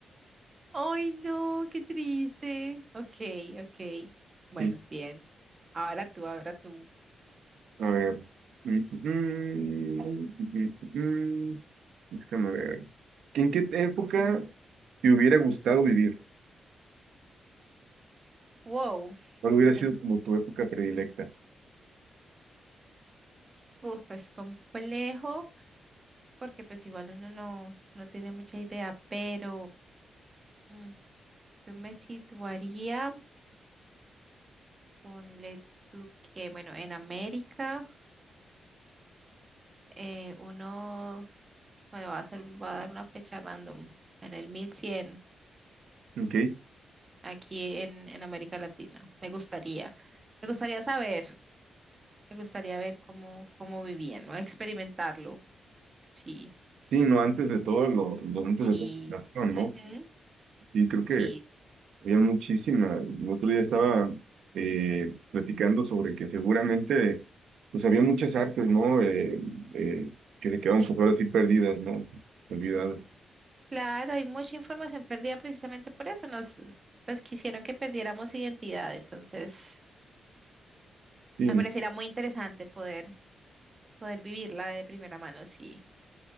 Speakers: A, on the right; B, on the right.
A: <laughs> ay, no, qué triste. Ok, ok. Bueno,
B: Sí.
A: bien. Ahora tú, ahora tú.
B: A ver. Mm, mm, mm, mm, mm. mm, mm, mm, mm, mm, mm, mm, Déjame ver. ¿En qué época te hubiera gustado vivir?
A: Wow.
B: ¿Cuál hubiera
A: en-
B: sido como tu época predilecta?
A: Uf, es complejo. porque pues igual uno no, no tiene mucha idea, pero mm, yo me situaría, ponle tú que, bueno, en América, eh, uno, bueno, va a hacer, un- va a dar una fecha random, en el 1100
B: Ok.
A: aquí en, en América Latina. Me gustaría, me gustaría saber, me gustaría ver cómo, cómo vivían, ¿no? Experimentarlo, sí,
B: Sí, no, antes de todo, lo, lo antes
A: sí,
B: de todo, no, ¿no?
A: ujú,
B: Y creo que
A: sí.
B: había muchísima El otro día estaba eh, platicando sobre que seguramente, pues había muchas artes, ¿no? Eh, eh, que se quedaron pues ahora sí perdidas, ¿no? Olvidadas.
A: Claro, hay mucha información perdida precisamente por eso. Nos, pues quisieron que perdiéramos identidad, entonces
B: Sí,
A: me pareciera muy interesante poder, poder vivirla de primera mano. Sí,